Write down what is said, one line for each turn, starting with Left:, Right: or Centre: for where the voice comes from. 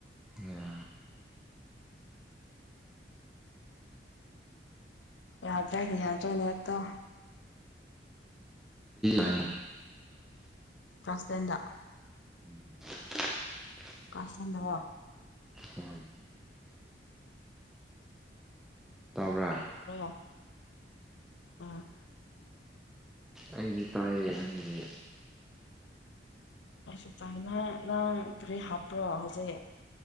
Centre: ꯑꯣ
Left: ꯌꯥꯗ꯭ꯔꯩꯅꯦ ꯌꯥꯗ꯭ꯔꯩꯅꯦ ꯑꯠꯇꯣ
Centre: ꯑꯩꯅ
Left: ꯐꯁꯇꯦꯟꯗ
Centre: <unintelligible>
Left: ꯀꯥꯁꯗꯋꯥ
Centre: ꯍꯣꯏ ꯇꯕ꯭ꯔꯥ
Left: ꯑꯔ ꯑꯥ
Centre: ꯑꯩꯗꯤ ꯇꯥꯏꯌꯦ ꯅꯪꯒꯤꯗꯤ
Left: ꯀꯩꯁꯨ ꯇꯥꯏꯅ ꯅꯪ ꯀꯔꯤ ꯍꯥꯞꯄ꯭ꯔꯣ ꯍꯧꯖꯤꯛ